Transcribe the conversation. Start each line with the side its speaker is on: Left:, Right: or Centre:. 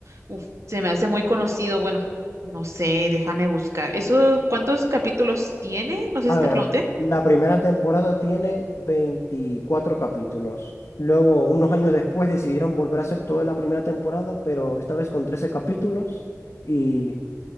Right: uf, se me hace muy conocido? Bueno, no sé, déjame buscar. ¿Eso cuántos capítulos tiene? No sé
Left: A
Right: si te
Left: ver,
Right: pregunté.
Left: la primera temporada tiene 24 capítulos. Luego, unos años después, decidieron volver a hacer toda la primera temporada, pero esta vez con 13 capítulos y,